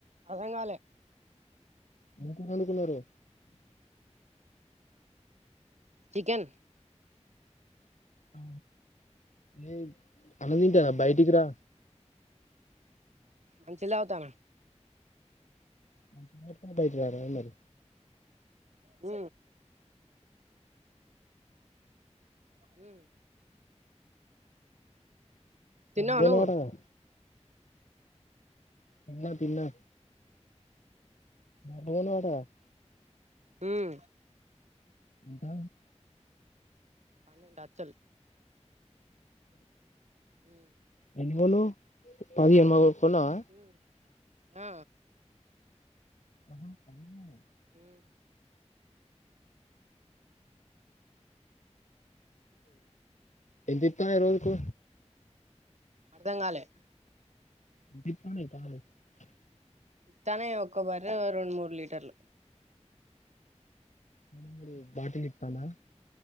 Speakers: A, on the right; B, on the left.
A: అర్ధం కాలే
B: ఏం కూర వండుకున్నారు
A: చికెన్
B: ఆ ఏ అన్నం తింటన్న బయటికి రా
A: మంచిలా తాగుతున్న
B: <unintelligible> బయటికి రార అన్నాడు
A: ఉ ఉం తిన్నవా
B: పోయినవటగా
A: నువ్వు
B: <unintelligible> తిన్న బన్ వాట <unintelligible>
A: ఉం
B: ఎకా <unintelligible>
A: పన్నెండు లచ్చల్ ఉమ్
B: ఎని పది మా <unintelligible> కొన్నవా
A: ఉమ్ ఆ
B: అహ స <unintelligible>
A: ఉం
B: ఎంత ఇత్తన్నయ్ రోజుకు
A: అర్ధం కాలే
B: దీపని కాను <unintelligible>
A: ఇత్తాన్నయి ఒక్క బర్రె రెండు మూడు లీటర్లు
B: మన మూడు బాటి నిప్తానా <unintelligible>